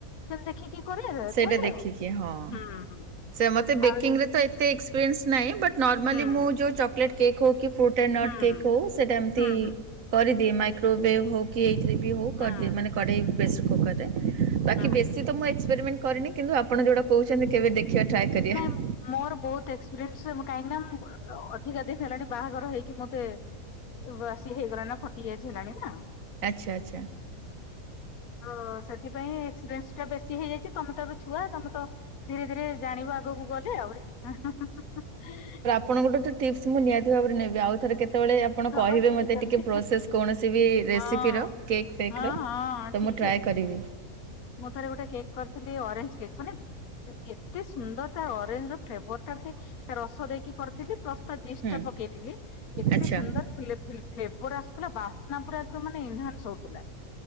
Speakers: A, on the left; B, on the right.
A: ସେମତି ଦେଖିକି କୋରିଆ
B: ସେଇଟା
A: କୋରିଆଓ
B: ଦେଖିକି ହଁ।
A: ହୁଁ, ହୁଁ।
B: ସେ ମୋତେ ବେକିଂ
A: ଆହୁରି
B: ରେ ତ ଏତେ ଏକ୍ସପ୍ରେନ୍ସ ନାହିଁ ବଟ୍ ନର୍ମାଲି
A: ହୁଁ
B: ମୁଁ ଯୋଉ ଚକ୍ଲେଟ୍ କେକ୍ ହୋଉ କି ଫ୍ରୁଟ୍ ଆ ନଟ୍
A: ହୁଁ ହୁଁ
B: କେକ୍ ହୋଉ ସେଇଟା ଏମତି
A: ହୁଁ
B: କରିଦିଏ ମାଇକ୍ରୋୱେଭ୍ ହୋଉ କି ଏଇଥିରେ ବି ହୋଉ କରଦିଏ
A: ହୁଁ
B: ମାନେ କଢେଇ ପ୍ରେସର କୁକରରେ ବାକି
A: ହୁଁ
B: ବେଶୀ ତ ମୁଁ ଏକ୍ସପେରିମେଣ୍ଟ୍ କରିନି, କିନ୍ତୁ ଆପଣ ଯୋଉଟା କହୁଛନ୍ତି କେବେ ଦେଖିବା ଟ୍ରାଏ କରିବା।
A: ନାଇଁ ମୋର ବହୁତ ଏକ୍ସପ୍ରେନ୍ସ୍ ମୁଁ କାହିଁକି ନା ମୁଁ <unintelligible> ଅଧିକା ଦିନ୍ ହେଲାଣି ବାହାଘର ହେଇକି ମୋତେ ବୟାସି ହେଇଗଲାଣି ନା ଫଟି ଏଜ୍ ହେଲାଣି ନା
B: ଆଚ୍ଛା, ଆଚ୍ଛା!
A: ଅଁ, ସେଥିପାଇଁ ଏକ୍ସପ୍ରେନ୍ସ୍ ଟା ବେଶୀ ହେଇଯାଇଚି, ତମେ ତ ଏବେ ଛୁଆ ତମେ ତ ଧୀରେ ଧୀରେ ଜାଣିବ ଆ କୁ ଗଲେ ଆଉ <unintelligible>
B: ଆପଣଙ୍କୋଠୁ ଟିପ୍ସ୍ ମୁଁ ନିହାତି ଭାବରେ ନେବି ଆଉ ଥରେ କେତେବେଳେ ଆପଣ କହିବେ
A: ହଁ ଠିକ
B: ମତେ
A: ଅଛି।
B: ଟିକେ ପ୍ରୋସେସ୍ କୌଣସି ବି ରେସିପିର
A: ହଁ
B: କେକ୍ ଫେକ୍
A: ହଁ
B: ର।
A: ହଁ
B: ତ
A: ଠିକ
B: ମୁଁ ଟ୍ରାଏ
A: ଅଛି
B: କରିବି।
A: ଠିକ ଅଛି ମୁଁ ଥରେ ଗୋଟେ କେକ୍ କରଥିଲି ଅରେଂଚ୍ କେକ୍ ମାନେ ଏତେ ସୁନ୍ଦର ତା ଅରେଞ୍ଜ୍ ର ଫ୍ଲେଭର୍ ଟା ତା ରସ ଦେଇକି କରଥିଲି ପ୍ଲସ୍ ତା ଜିସ୍
B: ହୁଁ
A: ଟା ପକେଇଥିଲି ଏତେ
B: ଆଚ୍ଛା
A: ସୁନ୍ଦର୍ ଫିଲେ, ଫିଲେ, ଫ୍ଲେଭର୍ ଆସଥୁଲା ବାସ୍ନା ପୁରା ଏକଦମ୍ ମାନେ ଇନହାନ୍ସ୍ ହଉଥିଲା